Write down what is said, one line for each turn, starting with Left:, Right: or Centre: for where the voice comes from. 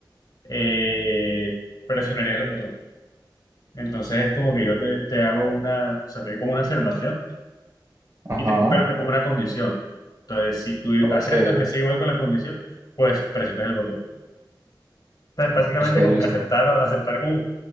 Left: eh, Presionarías el botón. Entonces es como que yo te, te hago una, o sea, te doy como una afirmación y
Right: Ajá.
Left: te, pero te pongo una condición. Entonces, si tú
Right: Ok.
Left: aceptas que sea igual con la condición, pues presionas el botón. O sea, es básicamente
Right: Listo,
Left: como
Right: listo.
Left: que aceptar, o- aceptar como,